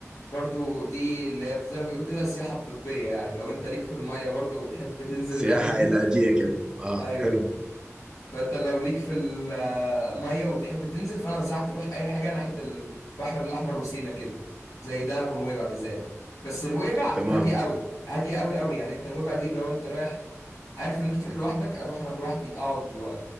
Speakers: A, on the left (about 85°); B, on the right (about 15°).
A: برضو دي اللي هي زي ما بيقولوا كده السياحة الطبية يعني لو أنت ليك في المية برضو وتحب تنزل
B: سياحة
A: الحاجات دي
B: علاجية كده اه
A: أيوة
B: حلو
A: فأنت لو ليك في المية وتحب تنزل فأنا أنصحك تروح أي حاجة ناحية البحر الأحمر وسينا كده زي دهب ونويبع بالذات بس نويبع
B: تمام
A: هادية أوي هادية أوي أوي يعني أنت نويبع دي اللي هو أنت رايح عارف ان انت تروح لوحدك اروح انا لوحدي اقعد و...